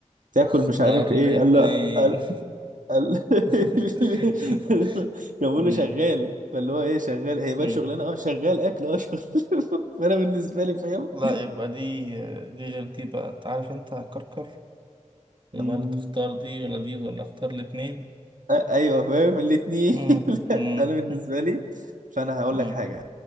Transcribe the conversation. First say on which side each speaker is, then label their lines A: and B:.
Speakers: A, on the right; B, on the right.
A: تاكل
B: اختار
A: مش عارف
B: الاتنين
A: إيه قال له قال قال
B: <laughs>
A: <laughs> كان بيقول
B: مم.
A: له شغال فاللي هو إيه شغال هي بقت
B: مم.
A: شغلانة أه شغال أكل أه شغل <laughs> فأنا بالنسبة لي فاهم
B: لا يبقى دي دي غير دي بقى تعرف انت كركر
A: م،
B: يبقى اللي تختار دي ولا دي ولا اختار الاتنين
A: أ- أيوه فاهم الاتنين
B: مم.
A: <laughs>
B: مم.
A: أنا بالنسبة لي فأنا هقول
B: مم.
A: لك حاجة